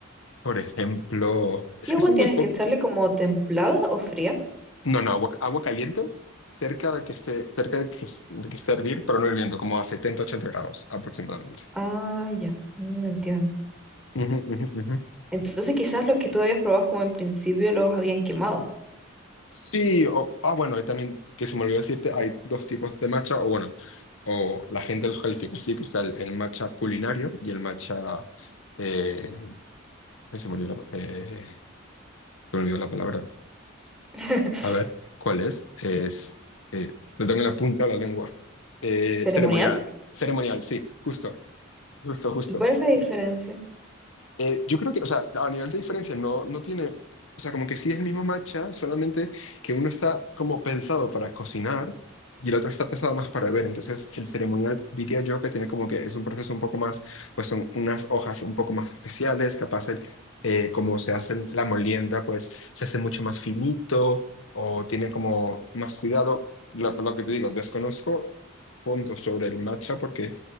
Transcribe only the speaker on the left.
por ejemplo, es
que son
muy poco,
no, no, agua, agua caliente cerca de que esté, cerca de que, de que esté a hervir, pero no hirviendo, como a 70 80 grados aproximadamente.
Ujú, ujú, ujú.
Sí, o, ah, bueno, y también que se me olvidó decirte, hay dos tipos de matcha, o bueno, o la gente los califica así, que está el, el matcha culinario y el matcha, eh, ay, se me olvidó la, eh, se me olvidó la palabra.
A ver, ¿cuál es? Es, eh, lo tengo en la punta de la lengua. Eh,
ceremonial, ceremonial, sí, justo, justo, justo.
Eh, yo creo que, o sea, a nivel de diferencia no, no tiene, o sea, como que sí es el mismo matcha, solamente que uno está como pensado para cocinar y el otro está pensado más para beber. Entonces, el ceremonial diría yo que tiene como que es un proceso un poco más, pues son unas hojas un poco más especiales, capaz el- eh, como se hace la molienda, pues se hace mucho más finito o tiene como más cuidado. Lo, lo que te digo, desconozco fondo sobre el matcha porque